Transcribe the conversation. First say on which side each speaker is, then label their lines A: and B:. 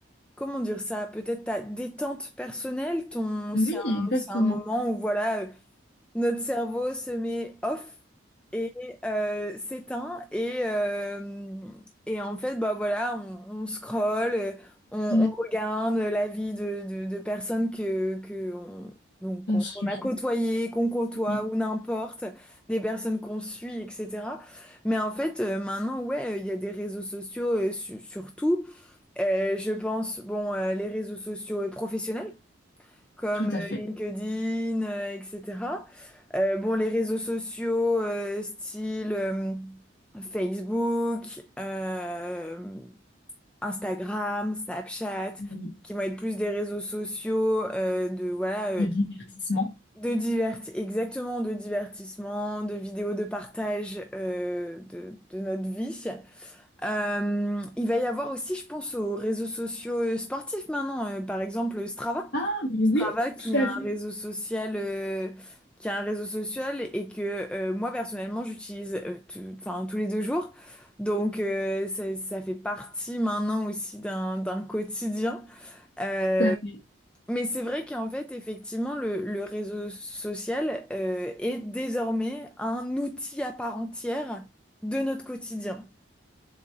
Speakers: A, in the centre; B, on the left.
A: comment dire ça, peut-être ta détente personnelle, ton,
B: Oui,
A: c'est un,
B: exactement.
A: c'est un moment où voilà, notre cerveau se met off et euh, s'éteint et, euh, et en fait bah voilà on, on scrolle, euh, on, on
B: Mm.
A: regarde la vie de, de, de personnes que, que on, donc qu'on
B: On suit.
A: qu'on a côtoyées, qu'on côtoie
B: Oui,
A: ou n'importe, des personnes qu'on suit, etc. Mais en fait euh, maintenant ouais euh, il y a des réseaux sociaux euh, su- surtout. Euh, je pense bon euh, les réseaux sociaux euh, professionnels comme
B: tout
A: euh,
B: à fait.
A: LinkedIn, euh, etc. Euh, bon, les réseaux sociaux, euh, style euh, Facebook, euh, Instagram, Snapchat,
B: Oui.
A: qui vont être plus des réseaux sociaux euh, de voilà euh,
B: Le divertissement.
A: de diverti exactement de divertissement, de vidéos de partage euh, de, de notre vie. Euh, il va y avoir aussi, je pense, aux réseaux sociaux euh, sportifs maintenant, euh, par exemple Strava.
B: Ah, mais
A: Strava
B: oui,
A: qui
B: tout à
A: a un
B: fait.
A: réseau social euh, qui a un réseau social et que euh, moi personnellement j'utilise euh, tout- enfin tous les deux jours donc euh, ça, ça fait partie maintenant aussi d'un d'un quotidien Euh,
B: Tout à fait.
A: mais c'est vrai qu'en fait effectivement le, le réseau social euh, est désormais un outil à part entière de notre quotidien